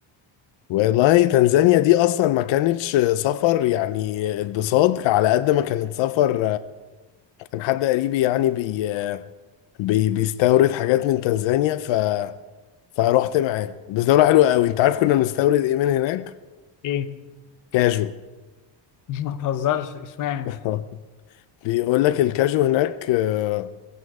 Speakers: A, on the left (about 75°); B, on the left (about 45°).
A: والله تنزانيا دي اصلا ما كانتش سفر يعني اتبساط على قد ما كانت سفر كان حد قريبي يعني بي بي بيستورد حاجات من تنزانيا ف فروحت معاه بس دولة حلوة قوي انت عارف كنا بنستورد ايه من هناك
B: إيه؟
A: كاجو
B: <laughs> ما تهزرش إشمعنى؟
A: <laughs> بيقول لك الكاجو هناك آه،